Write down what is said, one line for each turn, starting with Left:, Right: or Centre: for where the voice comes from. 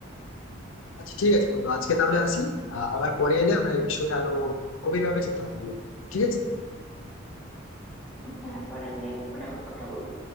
Left: আচ্ছা ঠিক আছে বন্ধু আজকে তাহলে আসি আহ, আবার পরে এলে আমরা এই বিষয়ে আরো গভীরভাবে চিন্তা করবো ঠিক আছে
Centre: হ্যাঁ পরে আমরা এই ব্যাপারে আবার কথা বলবো